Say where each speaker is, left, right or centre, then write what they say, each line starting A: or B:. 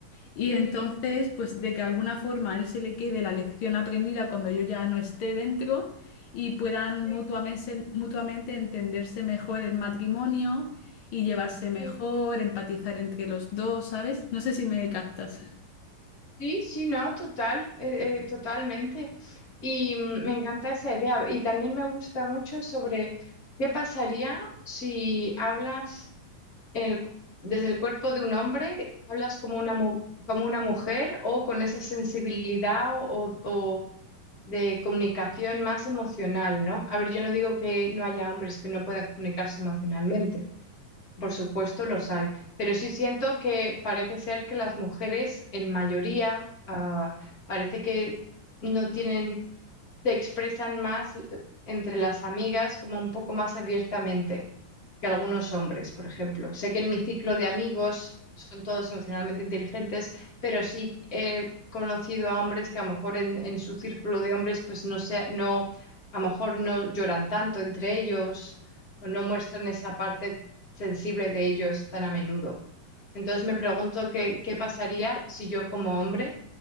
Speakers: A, on the left (about 80°); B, on the left (about 30°).
A: Y entonces,
B: sí, sí,
A: pues de que alguna forma a él se le quede la lección aprendida cuando yo ya no esté dentro y puedan
B: sí,
A: mutuamente, mutuamente entenderse mejor el matrimonio y llevarse mejor,
B: sí.
A: empatizar entre los dos, ¿sabes? No sé si me captas.
B: sí, sí, no, total, eh, eh, totalmente. Y mm, me encanta esa idea. Y también me gusta mucho sobre qué pasaría si hablas el cu- desde el cuerpo de un hombre, hablas como una, mu- como una mujer o con esa sensibilidad o, o de comunicación más emocional, ¿no? A ver, yo no digo que no haya hombres que no puedan comunicarse emocionalmente, por supuesto los hay, pero sí siento que parece ser que las mujeres en mayoría ah, parece que no tienen se expresan más eh, entre las amigas como un poco más abiertamente que algunos hombres, por ejemplo. Sé que en mi ciclo de amigos son todos emocionalmente inteligentes, pero sí he conocido a hombres que a lo mejor en, en su círculo de hombres pues no sé, no, a lo mejor no lloran tanto entre ellos o no muestran esa parte sensible de ellos tan a menudo. Entonces me pregunto qué, qué pasaría si yo como hombre